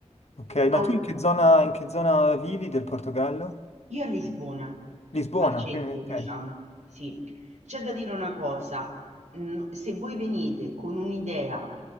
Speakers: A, on the left; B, on the right.
A: Ok,
B: Allora,
A: ma tu in che zona, in che zona vivi del Portogallo?
B: io a Lisbona,
A: Lisbona,
B: al centro,
A: quindi, ok.
B: diciamo, sì, c'è da dire una cosa. mm, Se voi venite con un'idea